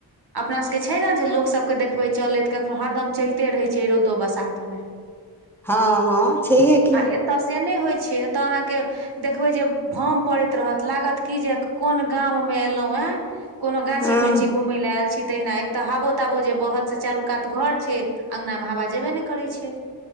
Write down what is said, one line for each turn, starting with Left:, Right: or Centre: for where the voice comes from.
Right: अपना सबके छै न जे लोक सभके देखबै चलैत कखन हरदम चलिते रहै छै रौदो बसात मे
Centre: हँ हँ छैहे की
Right: आ एतऽ से नइ होइ छै छै एतय अहाँ के देखबे जे भम पड़ैत रहत लागत की जे कोन गाम मे एलौ ह
Centre: <inaudible>
Right: कोनो गाछी
Centre: हँ
Right: वृक्षी घूमय ल आयल छी तहिना एक तऽ हाबो ताबो जे बहत से चारू कात घर छै अंगनामे हवा जेबे ने करै छै